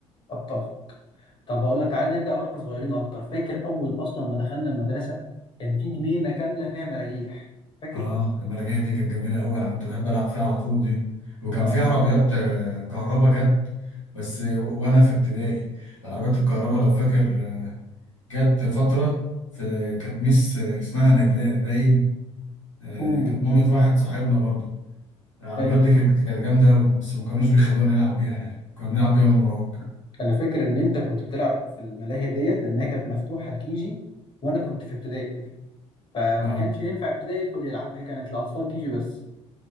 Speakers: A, on the left; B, on the left.
A: ابطال طب اقول لك تعالى نرجع واحنا صغيرين اكتر فاكر اول اصلا ما دخلنا المدرسة كان في جنينة كاملة فيها مراجيح فاكر؟
B: اه المراجيح دي كانت جميله قوي انا كنت بحب العب فيها على طول دي وكان
A: آه.
B: في عربيات آه، كهربا جت بس و- وانا في ابتدائي العربيات الكهربا لو فاكر آه، جت فتره في كانت ميس آه، اسمها نجلاء باين آه،
A: امم
B: كانت مامة واحد صاحبنا برضو العربيات
A: أي.
B: دي كانت كانت جامده قوي بس ما كانوش بيخلونا نلعب بيها يعني كنا بنلعب بيها من وراهم كده
A: انا فاكر ان انت كنت بتلعب في الملاهي ديت لانها كانت مفتوحه لكيجي وانا كنت في ابتدائي فما
B: اه
A: كانش ينفع ابتدائي يدخل يلعب هي كانت لاطفال كيجي بس